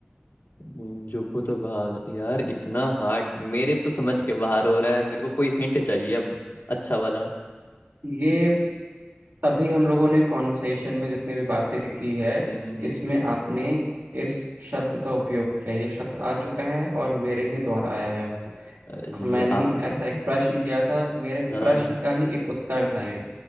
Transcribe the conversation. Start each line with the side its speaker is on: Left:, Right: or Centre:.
Left: हम्म, जूहू तो बाहर यार इतना हार्ड मेरे तो समझ के बाहर हो रहा है मेरे को कोई हिंट चाहिए अब अच्छा वाला
Right: ये अभी हम लोगों ने कॉन्वर्सेशन में जितनी भी बातें की है
Left: हम्म
Right: इसमें आपने इस शब्द का उपयोग किया ये शब्द आ चुका है और मेरे
Left: हम्म,
Right: ही द्वारा आया है
Left: अ, ये
Right: हाँ, मैंने
Left: आपके
Right: ही ऐसा
Left: <laughs>
Right: एक प्रश्न किया था मेरे
Left: हाँ
Right: प्रश्न का ही एक उत्तर था ये